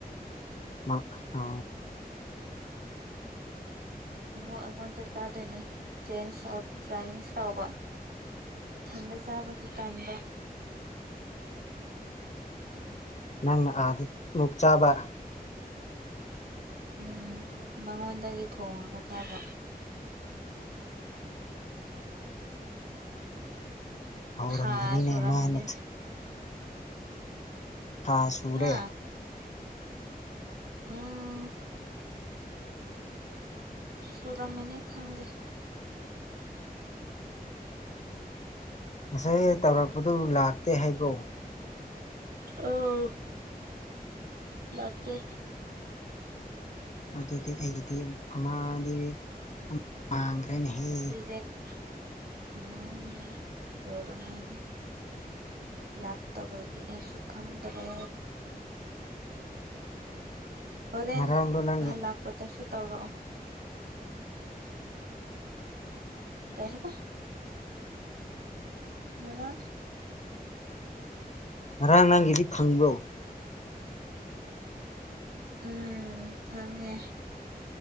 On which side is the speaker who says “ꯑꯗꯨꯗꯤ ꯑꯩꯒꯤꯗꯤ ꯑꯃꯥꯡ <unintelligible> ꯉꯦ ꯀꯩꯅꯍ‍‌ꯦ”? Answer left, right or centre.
Left